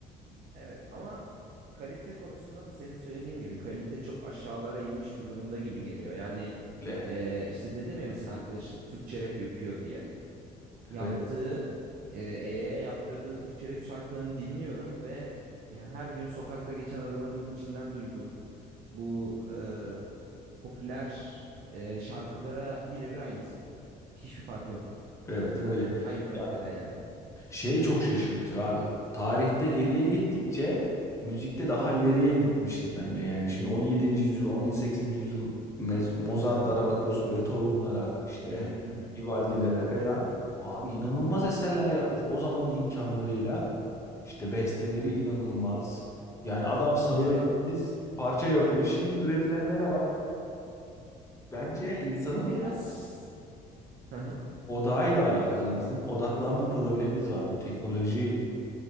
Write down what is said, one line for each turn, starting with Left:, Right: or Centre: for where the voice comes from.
Right: evet ama kalite konusunda da senin söylediğin gibi kalite çok aşağılara inmiş bir durumda gibi geliyor. Yani
Left: Le.
Right: Ee, işte dedim ya mesela arkadaşım Türkçe rap yapıyor diye. Yaptığı
Left: Evet
Right: e, EY'ye yaptırdığı Türkçe rap şarkılarını dinliyorum ve yani her gün sokakta geçen arabanın içinden duyduğum bu e, popüler e, şarkılara birebir aynısı. Hiçbir farkı yok.
Left: evet öyle.
Right: Aynı kalitede
Left: Ya
Right: yani.
Left: şey çok şaşırtıyor abi tarihte geriye gittikçe müzikte daha ileriye gitmişiz bence yani. Şimdi 17. yüzyıl 18. yüzyıl Mez- Mozart'lara bakıyorsun Beethoven'lara işte
Right: Hı hı hı. hı.
Left: Vivaldi'lere falan. Abi inanılmaz eserler yapmış o zamanın imkanlarıyla. İşte besteleri inanılmaz. Yani adam sağır
Right: Evet.
Left: siz parça yapıyor. Şimdi üretilenlere bak. Bence insanın
Right: Bu biraz
Left: o-
Right: Hı hı.
Left: odağıyla alakalı. Bizim odaklanma problemimiz var bu teknolojiden